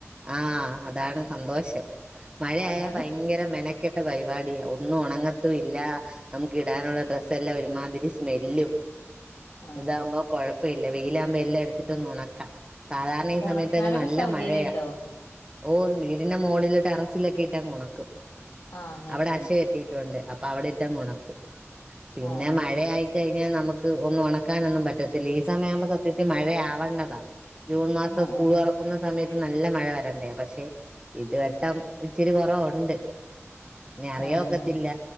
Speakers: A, on the right; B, on the left.
A: ആ അതാണ് സന്തോഷം മഴയായ
B: അതാണ്
A: ഭയങ്കര മെന കെട്ട പരിപാടിയാവും ഒന്നും ഒണങ്ങത്തു ഇല്ല നമുക്ക് ഇടാനുള്ള ഡ്രസ്സെല്ലാം ഒരുമാതിരി സ്മെല്ലും
B: ആ
A: ഇതാവുമ്പോ കൊഴ പ്പില്ലാ വെയിലാമ്പ എല്ലാം എടുത്തിട്ടങ്ങ് ഉണക്കാം സാധാരണ ഈ
B: ഉണക്കാനൊക്കെ
A: സമയത്തൊക്കെ നല്ല
B: സൗകര്യം
A: മഴയാ
B: ഉണ്ടോ
A: ഓ വീടിൻ്റെ മുകളില് ടെറസിലക്കിട്ടങ്ങ് ഒണക്കും
B: ആ അങ്ങനെ
A: അവിടെ
B: ചെയ്യും
A: അശ കെട്ടിയിട്ടുണ്ട് അപ് അവിടെ ഇട്ടാങ് ഒണക്കും പിന്നെ
B: ആ
A: മഴയായി
B: ശരി
A: നമ്മുക്ക് ഒന്ന് ഒണക്കാൻ ഒന്നും പറ്റത്തില്ലേ ഇ സമയം ആമ്പം സത്യത്തിൽ മഴയാവടതാ ജൂൺ മാസം
B: ആ
A: സ്ക്കൂൾ
B: ആ
A: തുറക്കുന്ന സമേ ഇപ്പോ നല്ല മഴ വരണ്ട പക്ഷേ ഇതു വട്ടം ഇച്ചിരി കുറവ് ഉണ്ട് ഇനി അറിയൊക്കത്തില്ല
B: ആ ആ